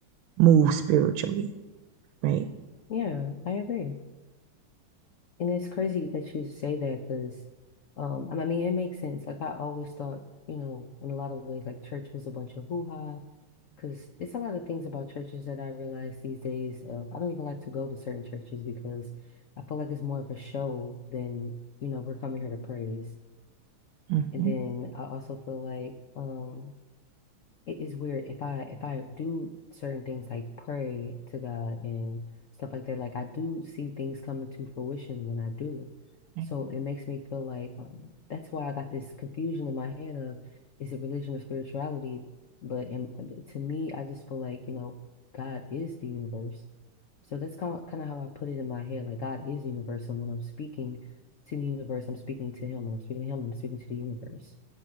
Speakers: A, on the right; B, on the left.
A: move spiritually, right?
B: Yeah, I agree. And it's crazy that you say that because, um, I mean, it makes sense. Like I always thought, you know, in a lot of ways, like church was a bunch of hoo-ha. Because it's a lot of things about churches that I realize these days. Uh, I don't even like to go to certain churches because I feel like it's more of a show than, you know, we're coming here to praise.
A: Mm-hmm.
B: And then I also feel like, um, it is weird if I if I do certain things like pray to God and stuff like that, like I do see things coming to fruition when I do.
A: right.
B: So it makes me feel like um, that's why I got this confusion in my head of is it religion or spirituality? But in, to me, I just feel like, you know, God is the universe. So that's kind of, kind of how I put it in my head. Like God is universe, and when I'm speaking to the universe, I'm speaking to him. When I'm speaking to him, I'm speaking to the universe.